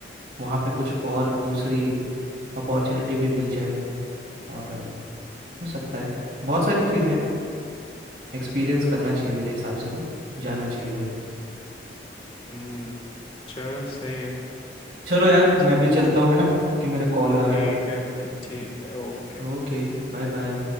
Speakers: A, on the right; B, on the left.
A: वहाँ पे कुछ और दूसरी अपॉर्चुनिटी भी मिल जाए और हो सकता है बहुत सारी चीज़ें हैं एक्सपीरियंस करना चाहिए मेरे हिसाब से तो जाना चाहिए भाई
B: हम्म चलो सही है
A: चलो यार
B: ठीक
A: मैं भी चलता हूँ है ना क्योंकि मेरा कॉल आ
B: ठीक
A: रहा
B: है फिर ठीक है ओके
A: है ओके Bye bye